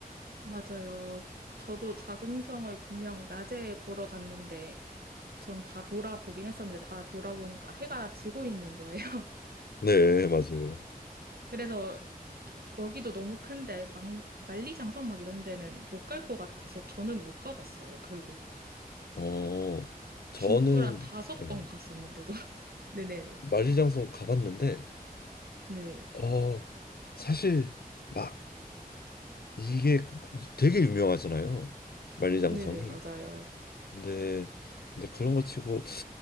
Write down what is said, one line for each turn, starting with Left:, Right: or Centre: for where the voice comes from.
Right: 맞아요. 저도 자금성을 분명 낮에 보러 갔는데 전 다 돌아보긴 했었는데 다 돌아보니까 해가 지고 있는 거예요. <laughs>
Left: 네, 네, 맞아요.
Right: 그래서 거기도 너무 큰데 만- 만리장성 막 이런 데는 못 갈 것 같아서 저는 못 가봤어요, 결국.
Left: 어, 저는
Right: 중국을 한 다섯
Left: 네,
Right: 번 갔었는데도. <laughs> 네네네.
Left: 만리장성 가봤는데
Right: 네.
Left: 어, 사실 막 이게 되게 유명하잖아요. 만리장성이.
Right: 네네, 맞아요.
Left: 근데 근데 그런 거 치고